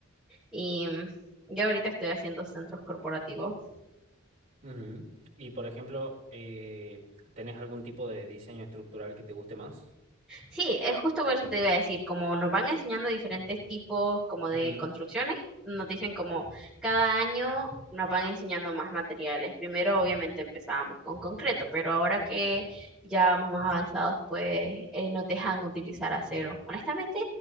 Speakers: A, in the centre; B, on the right.
A: y mm, yo ahorita estoy haciendo centros corporativos.
B: Ujú. Y por ejemplo, eh, ¿tenés algún tipo de diseño estructural que te guste más?
A: Sí, es justo por eso te iba a decir, como nos van enseñando diferentes tipos como de
B: Ujú,
A: construcciones, nos dicen como cada año nos van enseñando más materiales. Primero obviamente empezábamos con concreto, pero ahora que ya vamos más avanzados, pues eh, nos dejan utilizar acero. Honestamente,